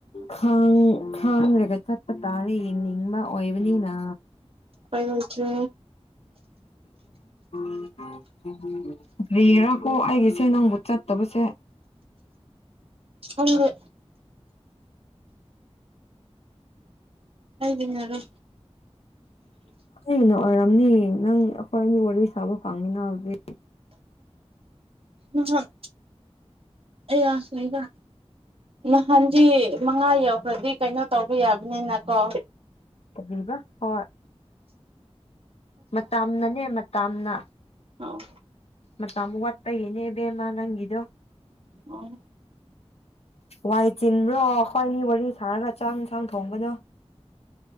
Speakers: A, on the left (about 65°); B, on the right (about 60°).
A: ꯈꯡ ꯈꯡꯗꯦꯗ ꯆꯠꯄ ꯇꯥꯔꯦ ꯌꯦꯡꯅꯤꯡꯕ ꯑꯣꯏꯕꯅꯤꯅ
B: ꯎꯄꯥꯢ ꯂꯩꯇ꯭ꯔꯦ
A: <unintelligible> ꯀꯥꯔꯤꯔꯤꯀꯣ ꯑꯩꯒꯤꯁꯦ ꯅꯪꯕꯨ ꯆꯠꯇꯕꯁꯦ
B: ꯈꯪꯗꯦ ꯑꯩꯗꯤ ꯌꯥꯔꯦ
A: ꯑꯩꯅ ꯑꯣꯏꯔꯝꯅꯤꯌꯦ ꯅꯪ ꯑꯩꯈꯣꯏ ꯑꯅꯤ ꯋꯥꯔꯤ ꯁꯥꯕ ꯐꯪꯉꯤꯅ ꯍꯧꯖꯤꯛ
B: ꯎꯝ ꯍꯝ ꯑ ꯥꯩꯌꯥꯥ ꯁꯣꯏꯗ ꯅꯍꯥꯟꯗꯤ ꯃꯉꯥ ꯌꯧꯈ꯭ꯔꯗꯤ ꯀꯩꯅꯣ ꯇꯧꯕ ꯌꯥꯕꯅꯤꯅꯀꯣ
A: ꯀꯔꯤꯕꯥ ꯍꯣꯏ ꯃꯇꯝꯅꯅꯦ ꯃꯇꯝꯅ
B: ꯑꯥꯎ
A: ꯃꯇꯝ ꯋꯥꯠꯄꯒꯤꯅꯦ ꯏꯕꯦꯝꯃꯥ ꯅꯪꯒꯤꯗꯣ
B: ꯑꯣ
A: ꯋꯥꯏ ꯆꯤꯟꯕ꯭ꯔꯣ ꯑꯩꯈꯣꯏꯑꯅꯤ ꯋꯥꯔꯤ ꯁꯥꯔꯒ ꯆꯥꯛ ꯏꯟꯁꯥꯡ ꯊꯣꯡꯕꯗꯣ